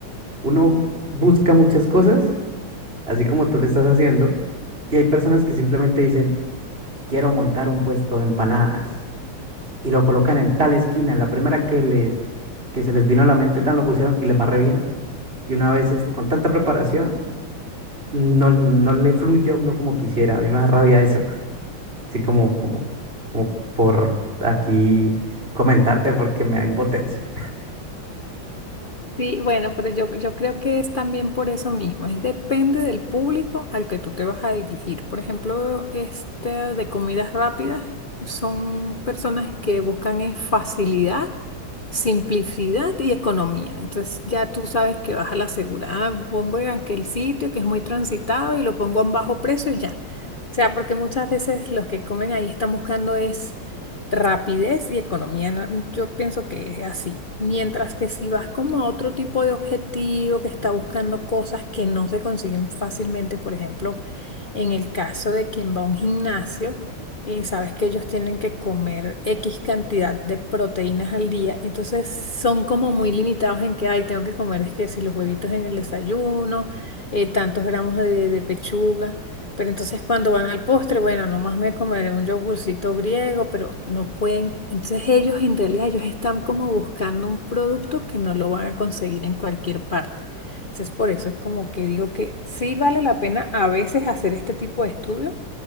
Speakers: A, on the right; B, on the left.
A: Uno busca muchas cosas, así como tú lo estás haciendo, y hay personas que simplemente dicen, quiero montar un puesto de empanadas. Y lo colocan en tal esquina, en la primera que les, que se les vino a la mente, tan lo pusieron y les va re bien. Y una vez es- con tanta preparación, no, no le fluye a uno como quisiera. A mí me da rabia eso. Así como, como, como por aquí comentarte porque me da impotencia.
B: Sí, bueno, pero yo, yo creo que es también por eso mismo, es depende del público al que tú te vas a dirigir. Por ejemplo, esta de comidas rápidas son personas que buscan es facilidad, simplicidad y economía. Entonces ya tú sabes que vas a la segura, "Ah, pongo en aquel sitio que es muy transitado y lo pongo a un bajo precio y ya. O sea, porque muchas veces los que comen ahí están buscando es rapidez y economía. ¿no? Mm, Yo pienso que es así. Mientras que si vas como a otro tipo de objetivo que está buscando cosas que no se consiguen fácilmente, por ejemplo, en el caso de quien va a un gimnasio, eh, sabes que ellos tienen que comer X cantidad de proteínas al día, entonces son como muy limitados en que, ay, tengo que comer, es que si los huevitos en el desayuno, eh, tantos gramos de, de pechuga, pero entonces cuando van al postre, bueno, nomás me comeré un yogurcito griego, pero no pueden, entonces ellos en realidad, ellos están como buscando un producto que no lo van a conseguir en cualquier parte. Entonces, por eso es como que digo que sí vale la pena a veces hacer este tipo de estudio,